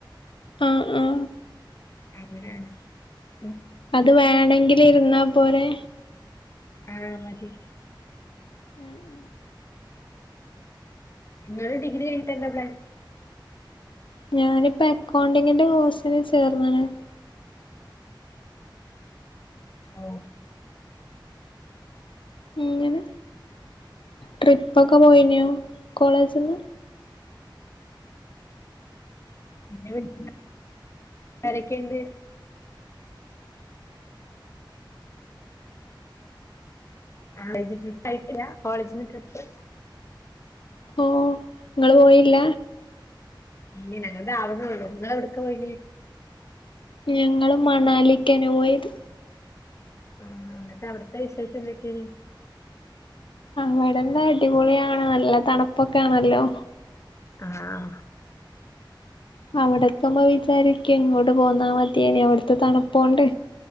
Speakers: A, on the left; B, on the left.
A: ആ ആ
B: അതെ
A: അത് വേണെങ്കിൽ ഇരുന്നോ പോലേ
B: ആ മതി
A: ഉ ഉം
B: ങ്ങള് ഡിഗ്രി കഴിഞ്ഞിട്ടെന്ത പ്ലാൻ
A: ഞാനിപ്പ അക്കൗണ്ടിങ്ങിന്റെ കോഴ്സിനന് ചേർന്ന്ണ്
B: ഓ
A: ങ്ങനെ ട്രിപ്പൊക്കെ പോയിനോ കോളേജ്ന്ന്
B: പിന്നെ പിന്ന ആരെക്കെണ്ട് കോളേജ് ട്രിപ്പ് ആയിട്ടില്ല കോളേജിന്ന് ട്രിപ്പ്
A: ഓ നിങ്ങള് പോയില്ല
B: ഇല്ല ഞങ്ങൾത് ആവിണൊള്ളു നിങ്ങള എവിടക്ക പോയിേനെ
A: ഞങ്ങളും മണാലിക്ക്നെ പോയത്
B: ആഹ എന്നിട്ട് അവിടത്തെ വിശേഷം എന്തൊക്കേ നി
A: വിടെന്താ അടിപൊളിയാണ് നല്ല തണുപ്പൊക്കൊണല്ലോ
B: ആഹ
A: അവിടക്കുമ്പോ വിചാരിക്ക് ഇങ്ങോട്ട് പോന്നാ മതിയേനി അവിടുത്തെ തണുപ്പോണ്ട്